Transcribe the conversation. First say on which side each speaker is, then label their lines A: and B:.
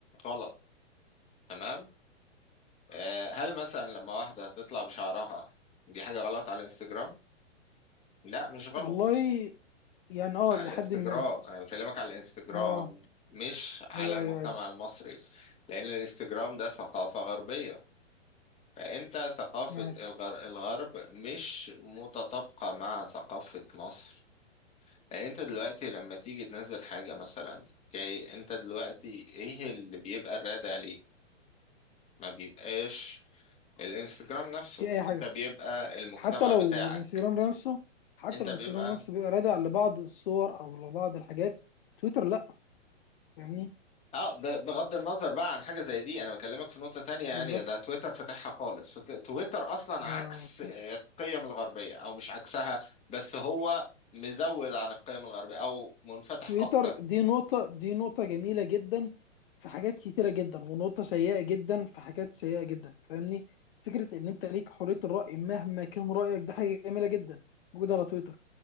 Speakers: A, on the left; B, on the left.
A: غلط تمام آه، هل مثلا لما واحدة تطلع بشعرها دي حاجة غلط على الانستجرام؟ لا مش غلط
B: والله يعني اه
A: على
B: لحد
A: الانستجرام
B: ما
A: انا بكلمك على الانستجرام
B: اه
A: مش على
B: ايوه
A: المجتمع
B: ايوه ايوه
A: المصري لان الانستجرام ده ثقافة غربية فانت ثقافة
B: معاك
A: الغر... الغرب مش متطابقة مع ثقافة مصر يعني انت دلوقتي لما تيجي تنزل حاجة مثلا اوكي انت دلوقتي ايه اللي بيبقى الرادع ليك ما بيبقاش الانستجرام نفسه
B: في اي حاجه
A: انت بيبقى المجتمع
B: حتى لو
A: بتاعك
B: الانستجرام نفسه حتى
A: انت
B: لو
A: بيبقى
B: الانستجرام نفسه بيبقى رادع لبعض الصور او لبعض الحاجات تويتر لا فاهمني
A: اه ب- بغض النظر بقى عن حاجة زي دي انا بكلمك في نقطة تانية يعني
B: بالظبط
A: ده تويتر فتحها خالص فت- تويتر اصلا
B: ما
A: عكس
B: فيش
A: آه، القيم الغربية او مش عكسها بس هو مزود عن القيم الغربية او منفتح
B: تويتر
A: اكتر
B: دي نقطة دي نقطة جميلة جدا في حاجات كتيرة جدا ونقطة سيئة جدا في حاجات سيئة جدا فاهمني فكرة ان انت ليك حرية الرأي مهما كان رأيك ده حاجة جميلة جدا موجودة على تويتر